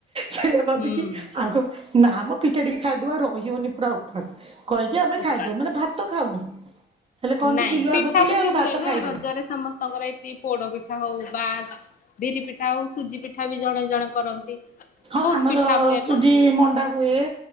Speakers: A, on the right (about 30°); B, on the left (about 45°).
A: ସେଇଆ ଭାବିକି
B: ହୁଁ
A: ଆମ କରିବ ନା ଆମ ପିଠା ଟିକେ ଖାଇଦଉ ଆଉ ରହିହଉନି ପୁରା ଉପାସ କହିକି ଆମେ
B: ଉପାସ
A: ଖାଇଦଉ ମାନେ ଭାତ ମୁଁତ ଖାଉନି। ହେଲେ କହନ୍ତି
B: ନାଇଁ
A: ବିଲୁଆ
B: ପିଠା
A: ଭୋକିଲେ
B: ପୁଠି
A: ଆଉ
B: ହୁଏ
A: ଭାତ
B: ନା
A: ଖାଇବନି।
B: ରଜରେ ସମସ୍ତଙ୍କର ଏ ବି ପୋଡ ପିଠା ହଉ ବା ବିରି ପିଠା ହଉ ସୁଜି ପିଠା ବି ଜଣେ ଜଣେ କରନ୍ତି।
A: ହଁ
B: ବହୁତ
A: ଆମର
B: ପିଠା ହୁଏ
A: ସୁଜି
B: ନା
A: ମଣ୍ଡା ହୁଏ